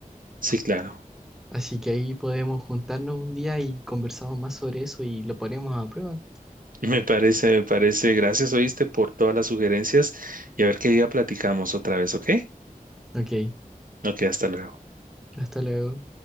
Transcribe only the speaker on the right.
sí, claro.
Me parece, me parece. Gracias, oíste, por todas las sugerencias y a ver qué día platicamos otra vez, ¿ok?
Ok, hasta luego.